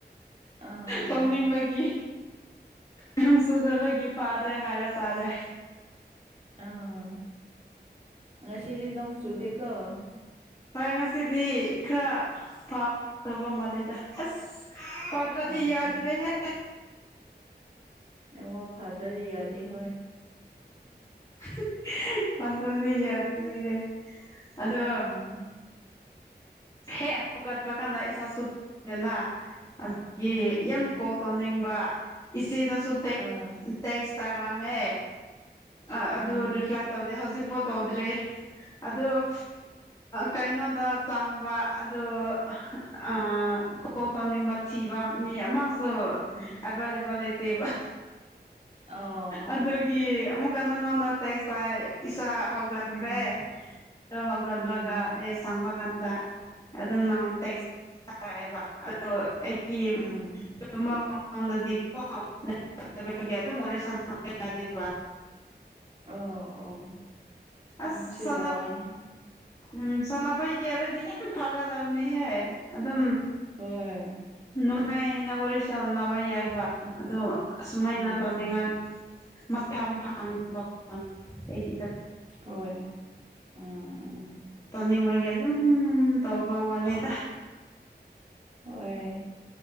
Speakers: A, on the right; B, on the left.
A: ꯑꯥ ꯑꯥ
B: ꯇꯧꯅꯤꯡꯕꯒꯤ ꯅꯨꯡ ꯆꯨꯗꯕꯒꯤ ꯐꯥꯔꯦ ꯍꯥꯏꯕ ꯇꯥꯔꯦ
A: ꯑꯥ ꯉꯁꯤꯗꯤ ꯅꫭꯡ ꯆꯨꯗꯦꯀꫭ
B: ꯍꯣꯏ ꯉꯁꯤꯗꯤ ꯈꯔ ꯐꯗꯕ ꯃꯥꯜꯂꯦꯗ ꯑꯁ ꯄꯥꯗꯔꯗꯤ
A: ꯑꯥ
B: ꯌꯥꯗꯔꯦꯍꯦ
A: ꯅꯦꯠꯋꯥꯛ ꯐꯥꯗꯔꯗꯤ ꯌꯥꯗꯦ ꯍꯣꯏ
B: ꯎꯝ <unintelligible> ꯌꯥꯗꯦ ꯑꯗꯣ
A: ꯑꯥ
B: ꯍꯦꯛ ꯍꯥꯎꯒꯠꯄ ꯀꯥꯟꯗ ꯏꯁꯁꯨ <unintelligible> ꯗꯅ ꯑꯗꯨꯒꯤ
A: ꯎꯝ
B: ꯌꯥꯝ ꯀꯣꯜ ꯇꯧꯅꯤꯡꯕ ꯏꯆꯦꯗꯁꯨ ꯇꯦꯛ
A: ꯑꯥ
B: ꯇꯦꯛꯁ ꯇꯥꯔꯝꯃꯦ ꯑ ꯑꯗꯨ
A: ꯎꯝ
B: ꯔꯤꯄ꯭ꯂꯥꯏ ꯇꯧꯗꯦ ꯍꯧꯖꯤꯛꯄꯥꯎ ꯇꯧꯗ꯭ꯔꯤ ꯑꯗꫭ ꯀꯩꯅꯣꯗ ꯆꯪ ꯄ ꯑꯗꯨ ꯑꯥ ꯀꯣꯜ ꯇꯧꯅꯤꯡꯕ ꯊꯤꯕ ꯃꯤ ꯑꯃ ꯁꯨ
A: ꯎꯝ
B: ꯑꯦꯚꯂꯦꯕꯜ ꯂꯩꯇꯦꯕ
A: ꯑꯣ
B: ꯑꯗꯨꯒꯤ ꯑꯃꯨꯛ ꯑꯃꯨꯛꯀ ꯅꯪꯉꫭꯟꯗ ꯇꯦꯛꯁ ꯊꯥꯏꯌꯦ ꯏꯆꯥ ꯍꯥꯎꯒꯠꯈꯔꯦ
A: ꯎꯝ
B: <unintelligible> ꯍꯥꯎꯒꯠꯔꯒ
A: ꯎꯝ
B: ꯑꯩ ꯁꯪꯕ ꯀꯥꯟꯗ ꯑꯗꯨꯝ ꯅꯪ ꯇꯦꯛ ꯊꯥꯔꯛꯑꯦꯕ ꯑꯗꯣ ꯑꯩ <unintelligible>
A: ꯎꯝ
B: ꯇꯨꯝꯕ ꯀꯥꯟꯗꯗꯤ ꯀꫭ ꯅꯕꯨꯛ ꯐꯠꯇꯕꯒꯤ ꯑꯗꯨꯝ ꯋꯥꯔꯤ ꯁꯅꯕꯥ ꯌꯥꯗꯦꯕ
A: ꯑꫭ ꯑꯣ
B: ꯑꯁ
A: ꯅꯪꯁꯦ ꯋꯥꯏꯅꯦ
B: ꯎꯝ ꯁꯥꯟꯅꯕ ꯌꯥꯔꯗꯤ ꯌꯥꯝ ꯐꯒꯗꯕꯅꯤꯍꯦ ꯑꯗꯨꯝ
A: ꯍꯣꯏ
B: ꯅꯨꯡꯉꯥꯏꯅ ꯋꯥꯔꯤ ꯁꯥꯟꯅꯕ ꯌꯥꯏꯕ ꯑꯗꫭ ꯑꯁꯨꯃꯥꯏꯅ
A: ꯎꯝ
B: ꯇꯧꯅꯤꯡꯉꯥꯏ ꯃꯇꯝ ꯐꯪꯕꯀꫭ ꯑꯩꯒꯤ <unintelligible>
A: ꯍꯣꯏ ꯎꯝ ꯎꯝ
B: ꯇꯧꯅꯤꯡꯕꯒꯤ ꯑꯗꯨꯝ ꯇꯧꯕ ꯋꯥꯅꯤꯗ
A: ꯍꯣꯏ